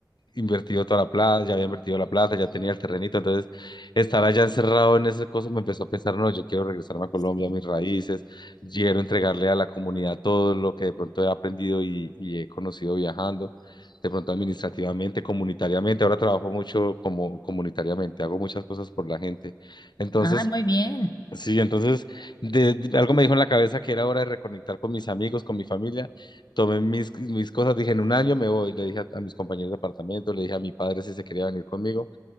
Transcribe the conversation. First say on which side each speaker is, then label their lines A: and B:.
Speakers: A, on the left (about 80°); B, on the left (about 60°).
A: invertido toda la plata, ya había invertido la plata, ya tenía el terrenito, entonces estar allá encerrado en ese cosa me empezó a pensar, no, yo quiero regresarme a Colombia,
B: sí.
A: a mis raíces, quiero entregarle a la comunidad todo lo que de pronto he aprendido y, y he conocido viajando, de pronto administrativamente, comunitariamente, ahora trabajo mucho como comunitariamente, hago muchas cosas por la gente, entonces...
B: Ah, muy bien.
A: Sí, entonces de, de- algo me dijo en la cabeza que era hora de reconectar con mis amigos, con mi familia. Tomé mis, mis cosas, dije, en un año me voy. Le dije a, a mis compañeros de apartamento, le dije a mi padre si se quería venir conmigo.